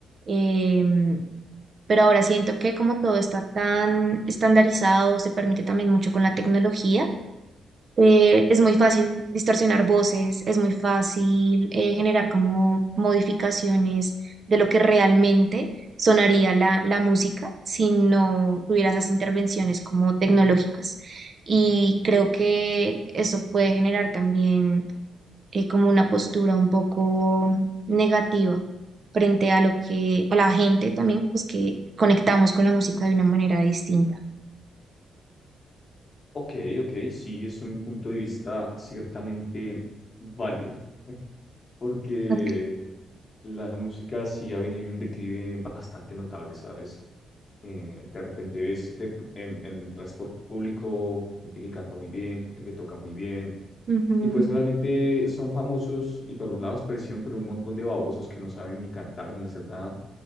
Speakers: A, on the right (about 40°); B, on the left (about 35°).
A: Em, pero ahora siento que como todo está tan estandarizado, se permite también mucho con la tecnología, eh, es muy fácil distorsionar voces, es muy fácil eh, generar como modificaciones de lo que realmente sonaría la, la música si no tuviera esas intervenciones como tecnológicas. Y creo que eso puede generar también eh, como una postura un poco negativa frente a lo que, a la gente también, pues que conectamos con la música de una manera distinta.
B: Ok, ok, sí, es un punto de vista ciertamente válido, porque
A: Ok.
B: la música sí ha venido en un declive bastante notable, ¿sabes? Eh, de repente ves de- en, en el transporte público gente que canta muy bien, gente que toca muy bien
A: Ujú,
B: Y pues realmente son famosos, y perdón la expresión, pero un montón de babosos que no saben ni cantar ni hacer nada.